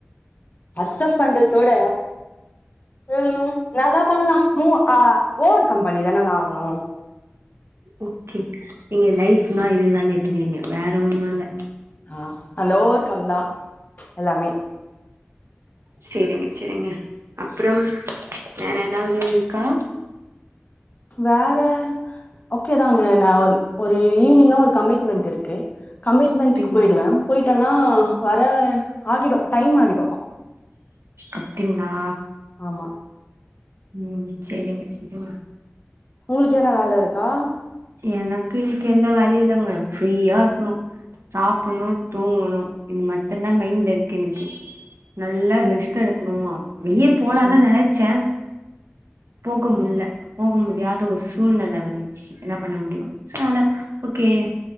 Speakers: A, on the left; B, on the right.
A: அக்சப்ட் பண்றதோட உம் வேறதா பண்லா ம் ஆ ஓவர்கம் பண்ணி தானங்க ஆகணு
B: ஓகே நீங்க லைஃப்னா இதுதா ஏத்துக்கிறீங்க வேற ஒன்னுல்ல
A: அ அதுல ஓவர்கம் தா எல்லாமே
B: சேரிங்க செரிங்க அப்றம் வேற எதாவது இருக்கா
A: வேற ஓகேதாங்க நா வன் ஒரு ஈவினிங்கா ஒரு கமிட்மெண்ட் இருக்கு கமிட்மெண்டுக்கு
B: அப்டிங்களா
A: போயிடுவே போய் டெலா வர ஆகிடு டைம் ஆகி
B: அப்டிங்களா
A: ஆமா
B: ம் செரிங்க செரிங்க
A: உங்களுக்கு எதனா வேல இருக்கா
B: எனக்கு இன்னிக்கு எந்த வேலயு இல்லங்க ஃப்ரீயா இருக்குணு சாப்புட்ணு தூங்குணு இது மட்டுந்தா மைண்ட்ல இருக்கு எனக்கு நல்லா
A: ஓ
B: ரெஸ்ட் எடுக்குணுமா வெளியே போலான்
A: ம்
B: தா நெனச்ச குமுல்ல போக முடியாத ஒர் சூழ்நெல வந்துச்சு என்ன பண்ண முடியு சோ அனால ஓகே